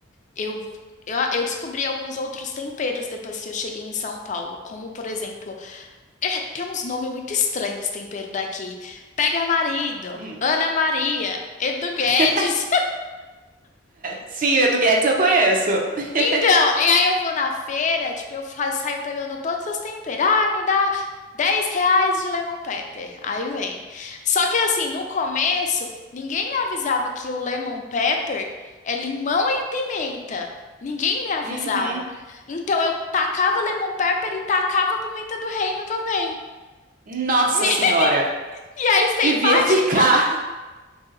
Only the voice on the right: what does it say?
Hum.
<laughs>
Sim, o Edu Guedes eu conheço. <laughs>
Uhum.
Nossa
Senhora.
Devia
ficar.